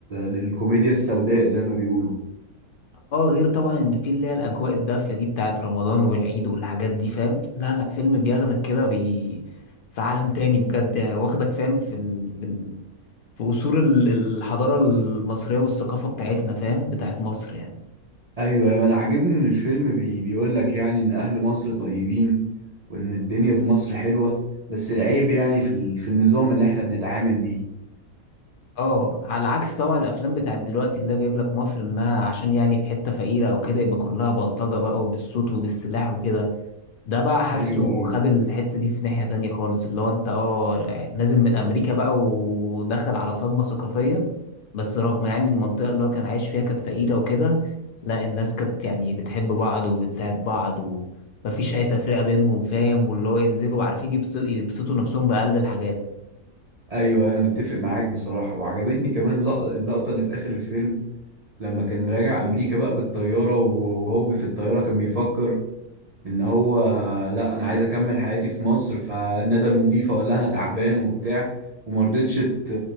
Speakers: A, on the right (about 70°); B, on the left (about 80°).
A: للكوميديا السوداء زي ما بيقولوا
B: اه غير طبعا ان في اللي هي الاجواء الدافيه دي بتاعت رمضان والعيد والحاجات دي فاهم لا لا فيلم بياخدك كده بي... في عالم تاني بجد يعني واخدك فاهم في ال... في أصول ال- الحضارة المصرية والثقافة بتاعتنا فاهم بتاعت مصر يعني
A: ايوه ايوه انا عاجبني ان الفيلم بي بيقول لك يعني ان اهل مصر طيبين وان الدنيا في مصر حلوة بس العيب يعني في ال... في النظام اللي احنا بنتعامل بيه
B: اه على عكس طبعا الأفلام بتاعت دلوقتي اللي جايب لك مصر إنها عشان يعني في حتة فقيرة أو كده يبقى كلها بلطجة بقى وبالصوت وبالسلاح وكده ده بقى حاسه
A: ايوه ايوه
B: خد الحتة دي في ناحية تانية خالص اللي هو انت اه نازل من امريكا بقى ودخل على صدمة ثقافية بس رغم يعني المنطقة اللي هو كان عايش فيها كانت فقيرة وكده لا الناس كانت يعني بتحب بعض وبتساعد بعض ومفيش اي تفرقة بينهم فاهم واللي هو ينزلوا عارفين يبس- يبسطوا نفسهم بأقل الحاجات
A: ايوه انا متفق معاك بصراحه وعجبتني كمان لق- اللقطه اللي في اخر الفيلم لما كان راجع امريكا بقى بالطياره و- وهو بي- في الطياره كان بيفكر ان هو لا انا عايز اكمل حياتي في مصر فنادى المضيفه وقال لها انا تعبان وبتاع وما رضتش ت-